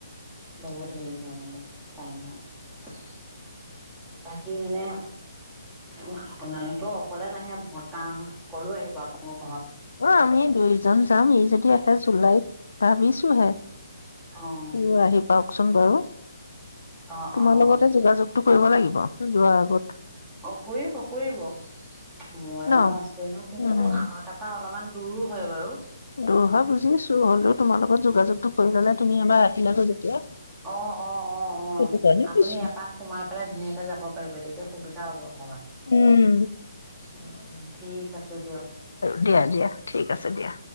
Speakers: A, in the centre; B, on the left.
A: বহুত হেৰি হয় মানে টাইম হয় বাকী মানে উ আপোনালোকে অকলে নাহে বৰ্তাহত সকলো আহিব আপোনালোক
B: অ আমি দুইজন যাম ই যদি আহে জুলাইত ভাবিছোহে
A: অ
B: উ আহি পাওকচোন বাৰু
A: অ',
B: তোমাৰ লগতে যোগাযোগ কৰিব লাগিব যোৱাৰ আগত
A: অ কৰিব, কৰিব। মই
B: ন।
A: আৰু আচোয়ে ন কিন্তু
B: উম,
A: আমাৰ তাৰপৰা অলপমান দূৰো হয় বাৰু
B: দুৰ হয় বুজিছো হলেও তোমাৰ লগত যোগাযোগটো কৰি ললে তুমি এবাৰ আহিলাগৈ যেতিয়া
A: অ' অ' অ' অ'
B: সেইটো কাৰণে
A: আপুনি
B: কৈছো।
A: এপাক সোমাই পেলাই ধুনীয়াকে যাব পাৰিব তেতিয়া সুবিধা যাব
B: উম
A: উম ঠিক আছে। দিয়ক।
B: দিয়া দিয়া ঠিক আছে দিয়া।